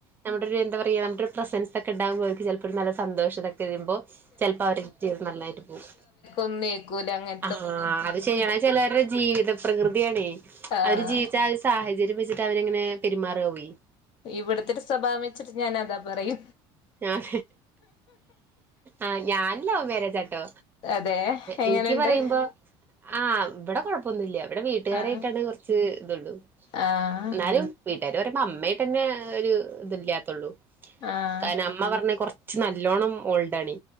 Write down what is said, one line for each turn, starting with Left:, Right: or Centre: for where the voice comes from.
Right: നമ്മുടെ ഒരു എന്താ പറയാ നമ്മുടെ ഒരു പ്രസൻസ് ഒക്കെ ഉണ്ടാകുമ്പോ ഓർക്ക് ചെല പ്പോ നല്ല സന്തോഷം ഇതൊക്കെ വരുമ്പോ ചെലപ്പോ അവര് നന്നായിട്ട് പോവും
Left: ഒന്നേൽ ക്കൂലെങ്ങന്
Right: ആഹ് അത് ശരിയാണ് അത് ചെലോരെ ജീവിത പ്രകൃതിയാണേ
Left: ആഹ്
Right: അവര് ജീവിച്ച ആ സാഹചര്യം വെച്ചിട്ട് അവരിങ്ങനെ പെരുമാറു ആവ്വേ
Left: ഇവിടത്തൊരു സ്വഭാവം വെച്ചിട്ട് ഞാൻ അതാ പറയ്യ
Right: ഞാൻ ആഹ് ഞാൻ ലവ് മേരേജാട്ടോ
Left: അതെ എങ്ങനെണ്ട്
Right: എനിക്ക് പറയിമ്പോ ആഹ് ഇവിടെ കൊഴപ്പൊന്നുല്ല ഇവിടെ വീട്ടുകാരായിട്ടാണ്
Left: ആഹ്
Right: കൊറച്ച് ഇതുള്ളൂ
Left: ആഹ്
Right: എന്നാലും വീട്ടാര് പറയുമ്പോ അമ്മേയിട്ടന്നെ ഒരു ഇത്‌ല്യാത്തൊള്ളൂ
Left: ആഹ്
Right: കാരണം അമ്മ പറഞ്ഞാ കൊറച്ച് നല്ലോണം ഓൾഡ് ആണേ